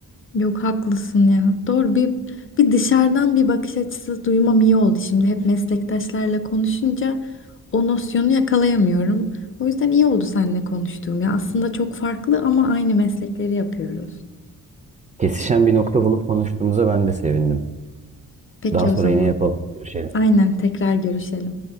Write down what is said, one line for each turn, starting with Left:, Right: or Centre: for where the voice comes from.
Left: Yok haklısın ya. Doğru bir bir dışarıdan bir bakış açısı duymam iyi oldu. Şimdi hep meslektaşlarla konuşunca o nosyonu yakalayamıyorum. O yüzden iyi oldu seninle konuştuğum ya. Aslında çok farklı ama aynı meslekleri yapıyoruz.
Right: Kesişen bir nokta bulup konuştuğumuza ben de sevindim.
Left: Peki
Right: Daha sonra
Left: o zaman.
Right: yine yapalım, görüşelim.
Left: Aynen tekrar görüşelim.